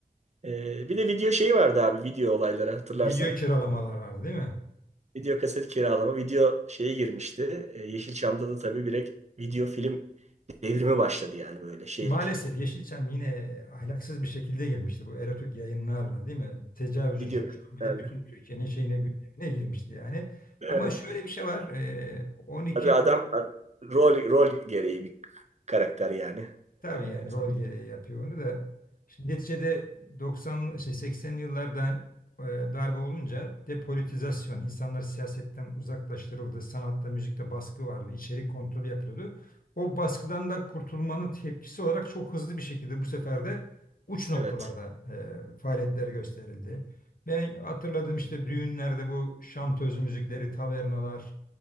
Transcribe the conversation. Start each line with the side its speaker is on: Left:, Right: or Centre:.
Right: Ee, bir de video şeyi vardı abi video olayları hatırlarsan.
Left: Video kiralamalar vardı değil mi?
Right: Video kaset kiralama, video şeye girmişti. Ee, Yeşilçam'da da tabii direkt video film devrimi başladı yani böyle şeylik.
Left: Maalesef Yeşilçam yine ahlaksız bir şekilde girmişti bu erotik yayınlarla değil mi? Tecavüzcü
Right: Video
Left: Coşkun
Right: kasetlerde.
Left: bile bütün Türkiye'nin şeyine gündemine girmişti yani.
Right: Evet.
Left: Ama şöyle bir şey var. e, 12
Right: Tabii
Left: Eylül
Right: adam rol rol gereği bir karakter yani.
Left: Tabii
Right: Ee,
Left: yani rol
Right: san-
Left: gereği yapıyor onu da. Şimdi neticede 90 şey 80'li yıllarda hani, e, darbe olunca depolitizasyon, insanlar siyasetten uzaklaştırıldı, sanatta, müzikte baskı vardı, içerik kontrolü yapılıyordu. O baskıdan da kurtulmanın tepkisi olarak çok hızlı bir şekilde bu sefer de uç noktalarda
Right: evet.
Left: e, faaliyetler gösterildi. Ben hatırladım işte düğünlerde bu şantöz müzikleri, tavernalar,